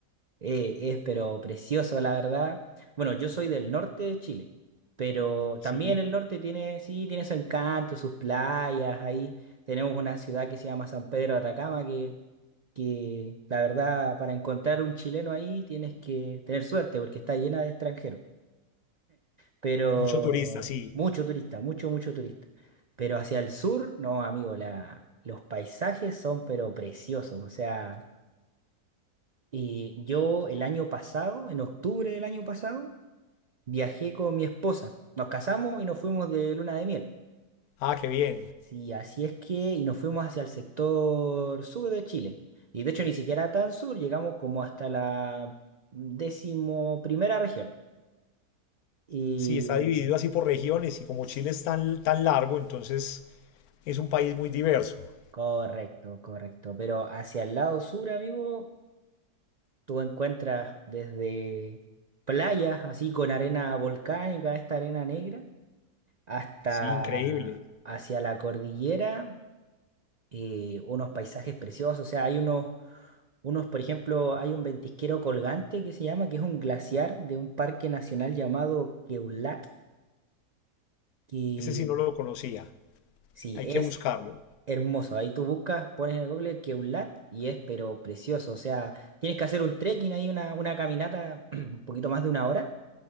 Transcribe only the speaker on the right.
Eh, es pero precioso, la verdad. Bueno, yo soy del norte de Chile, pero
también el norte tiene, sí, tiene su encanto, sus playas. Ahí tenemos una ciudad que se llama San Pedro de Atacama, que, que la verdad, para encontrar un chileno ahí tienes que tener suerte porque está llena de extranjeros. Pero
mucho turista, mucho, mucho turista. Pero hacia el sur, no, amigo, la, los paisajes son pero preciosos. O sea... Y yo el año pasado, en octubre del año pasado, viajé con mi esposa. Nos casamos y nos fuimos de luna de miel.
Sí, así es que, y nos fuimos hacia el sector sur de Chile. Y de hecho ni siquiera tan sur, llegamos como hasta la décimo primera región. Y
s-
correcto, correcto. Pero hacia el lado sur, amigo, tú encuentras desde playas así con arena volcánica, esta arena negra hasta
hacia la cordillera, eh, unos paisajes preciosos. O sea, hay unos, unos, por ejemplo, hay un ventisquero colgante que se llama, que es un glaciar de un parque nacional llamado Queulat, que
sí,
es
hermoso. Ahí tú buscas, pones en el Google Queulat y es, pero precioso. O sea, tienes que hacer un trekking ahí, una, una caminata <clears throat> un poquito más de una hora.